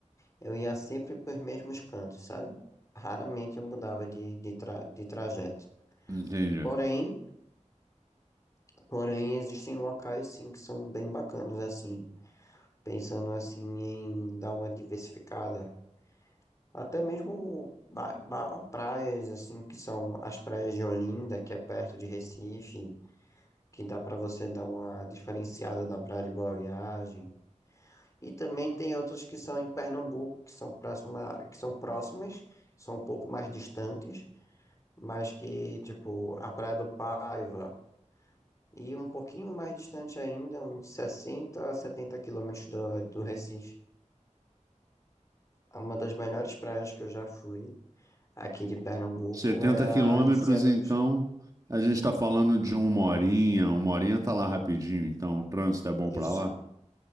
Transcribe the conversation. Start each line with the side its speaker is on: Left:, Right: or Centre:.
Left: Eu ia sempre para os mesmos cantos, sabe? Raramente eu mudava de, de, tra de trajeto.
Right: entendi.
Left: Porém, porém, existem locais sim que são bem bacanas, assim, pensando assim em dar uma diversificada. Até mesmo ba- ba- praias, assim, que são as praias de Olinda, que é perto de Recife, que dá para você dar uma diferenciada da Praia de Boa Viagem. E também tem outras que são em Pernambuco, que são próxima, que são próximas, são um pouco mais distantes mas que, tipo, a Praia do Paiva, e um pouquinho mais distante ainda, uns 60 a 70 quilômetros do, do Recife, é uma das melhores praias que eu já fui aqui de Pernambuco
Right: Setenta
Left: é
Right: quilômetros,
Left: a Enseada
Right: então,
Left: dos...
Right: a gente tá falando
Left: hum,
Right: de uma horinha, uma horinha tá lá rapidinho, então o trânsito é bom pra
Left: Isso,
Right: lá?